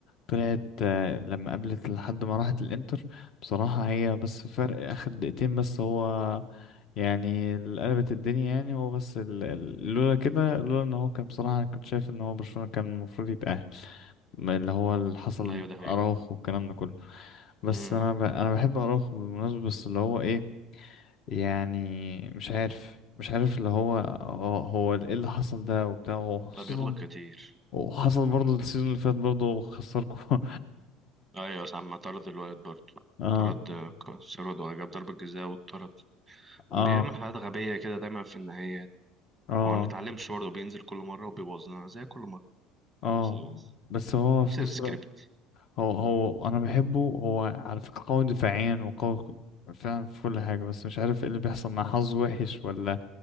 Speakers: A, on the left; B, in the centre.
A: طلعت آه، لما قابلت لحد ما راحت الانتر بصراحة هي بس فرق اخر دقيقتين بس هو يعني اللي قلبت الدنيا يعني هو بس ال- ال- لولا كده لولا ان هو كان بصراحة انا كنت شايف ان هو برشلونة كان المفروض يتأهل ما اللي هو اللي حصل
B: ده ايوه ده حقيقة
A: اراوخو والكلام ده كله بس
B: امم
A: انا ب... انا بحب اراوخو بالمناسبة بس اللي هو ايه يعني مش عارف مش عارف اللي هو هو هو ايه اللي حصل ده وبتاع وخصوصا
B: لا بيغلط كتير
A: وحصل برضه السيزون اللي فات برضه خسركم
B: ايوه ساعة ما طرد الواد برضه
A: <laughs> اه
B: طرد آه، ك- سيرود وجاب ضربة جزاء واتطرد بيعمل
A: اه
B: حاجات غبية كده دايما في النهاية
A: اه
B: وما بنتعلمش برضه بينزل كل مرة وبيبوظنا زي كل مرة
A: اه
B: نفس البحث
A: بس هو
B: نفس
A: في
B: السكريبت
A: نفس الوقت هو هو انا بحبه هو على فكرة قوي دفاعيا وقوي فعلا في كل حاجة بس مش عارف ايه اللي بيحصل مع حظ وحش ولا